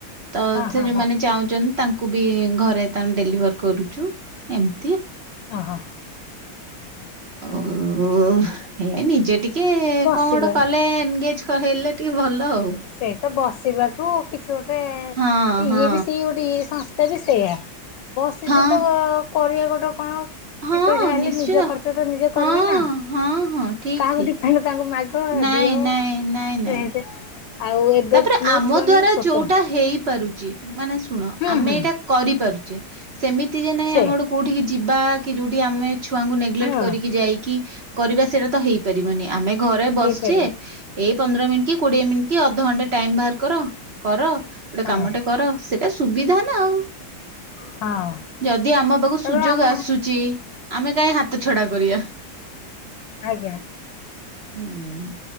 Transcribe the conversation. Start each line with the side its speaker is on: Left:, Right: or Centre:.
Right: ତ
Left: ହଁ
Right: ସେ
Left: ହଁ
Right: ଯୋଉମାନେ ଚାହୁଁଛନ୍ତି ତାଙ୍କୁ ବି ଘରେ ତମେ ଡେଲିଭର କରୁଛୁ ଏମ
Left: ଓ ହୋ ଓ ହୋ।
Right: ଉଁ ଓ ଏ ନିଜେ ଟିକେ
Left: ବସିବା
Right: କଣ ଗୋଟେ କଲେ ଏନଗେଜ କ ହେଲେ ଟିକେ ଭଲ ଆଉ
Left: ସେ ସେଇ ତ ବସିବାଠୁ କିଛି ଗୋଟେ
Right: ହଁ
Left: ଇଏ
Right: ହଁ
Left: ବି ସିଏ ଗୋଟେ ଇଏ ସ ତା ବି ସେଇଆ ବସିଚୁ
Right: ହଁ ହଁ
Left: ତ କରିବା ଗୋଟେ କଣ?
Right: ହଁ
Left: ଦି ପଇସା ହେଲେ
Right: ନିଶ୍ଚିତ
Left: ନିଜ ଖର୍ଚ୍ଚ ତ ନିଜେ
Right: ହଁ
Left: କରିବେ ନା
Right: ହଁ ହଁ ଠିକ୍
Left: କାହାକୁ
Right: ଠିକ୍।
Left: ଡି ଫାଇ ତାଙ୍କୁ ମାଗ ହ
Right: ନାଇଁ
Left: ଦିଅ
Right: ନାଇଁ ନାଇଁ ନାଇଁ
Left: <unintelligible> ଏବେ
Right: ତାପରେ
Left: ମୋ
Right: ଆମ
Left: ଛୁଆ
Right: ଦ୍ଵାରା
Left: ମାନେ ଛୋଟ
Right: ଯୋଉଟା ହେଇପାରୁ ଚି ମାନେ ଶୁଣ
Left: ହୁଁ
Right: ଆମେ
Left: ହୁଁ
Right: ଏଇଟା କରିପାରୁଚେ ସେମିତି ଯେ ନାଇଁ
Left: ସେ
Right: ଆମେ ଗୋଟେ କୋଉଠି କି ଯିବା କି ଯୋଉଟି ଆମେ ଛୁଆଙ୍କୁ ନେଗଲେଟ୍
Left: ହଁ
Right: କରିକି ଯାଇକି କରିବା ସେଇଟା ତ ହେଇପାରିବନି। ଆମେ ଘରେ ବସିଚେ
Left: ହେଇପାରିବ
Right: ଏଇ ପନ୍ଦର ମିନିଟ୍ କି କୋଡିଏ ମି କି ଅଧଘଣ୍ଟା ଟାଇମ ବାହାର କର କର। ଗୋଟେ
Left: ହଁ
Right: କାମଟେ କର ସେଟା ସୁବିଧା ନା ଆଉ।
Left: ହଁ
Right: ଯଦି ଆମ ପାକୁ
Left: ତେବେ
Right: ସୁଯୋଗ
Left: ଆମ
Right: ଆସୁଚି ଆମେ କାଇଁ ହା ତ ଛଡା କରିବା।
Left: ଆଜ୍ଞା ଆଜ୍ଞା।
Right: ହୁଁ।